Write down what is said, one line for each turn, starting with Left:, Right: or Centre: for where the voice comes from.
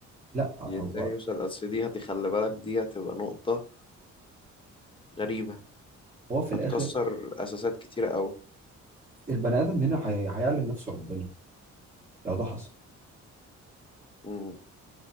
Right: لا هو
Left: الانسان يوصل اصل دي هتي- خلي بالك دي هتبقى نقطة غريبة
Right: هو في الاخر
Left: هتكسر اساسات كتيرة قوي
Right: البني ادم هنا هي- هيعلن نفسه ربنا لو ده حصل
Left: مم.